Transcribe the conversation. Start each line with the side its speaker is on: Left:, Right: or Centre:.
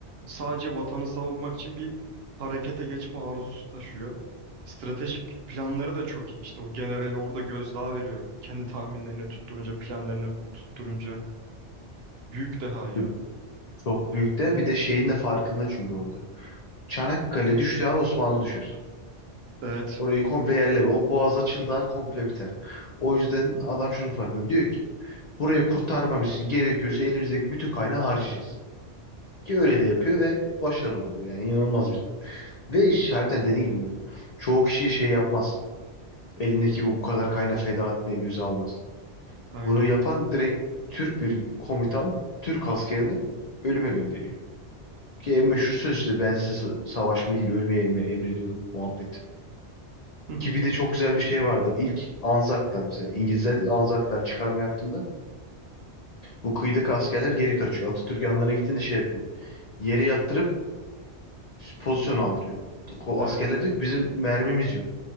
Right: Sadece vatanı savunmak için bir harekete geçme arzusu taşıyor. Stratejik planları da çok iyi. İşte o generali orada gözdağı veriyor. Kendi tahminlerini tutturunca, planlarını tutturunca.
Left: Hı.
Right: Büyük deha ya.
Left: E, Çok büyük de bir de şeyin de farkında çünkü orada. Çanakkale düştüğü an Osmanlı düşer.
Right: Evet,
Left: Orayı komple yerle verir. O boğaz açıldığı an komple biter. O yüzden adam şunu farkında. Diyor ki burayı kurtarmamız için gerekiyorsa elimizdeki bütün kaynağı harcayacağız. Ki öyle de yapıyor ve başarılı oluyor. Yani inanılmaz bir. Ve işareten dediğin gibi böyle. Çoğu kişi şey yapmaz. Elindeki bu, bu kadar kaynağı feda etmeye göze almaz.
Right: aynı.
Left: Bunu yapan direkt Türk bir komutan Türk askerini ölüme gönderiyor. Ki en meşhur söz işte ben size sa- savaşmayı değil ölmeyi elme- emrediyorum muhabbeti.
Right: <laughs>
Left: Ki bir de çok güzel bir şey vardır. İlk Anzaklar mesela. İngilizler değil Anzaklar çıkarma yaptığında bu kıyıdaki askerler geri kaçıyor. Atatürk yanlarına gittiğinde şey yapıyor. Yere yattırıp pozisyon aldırıyor. O
Right: Evet.
Left: askerler diyor ki bizim mermimiz yok.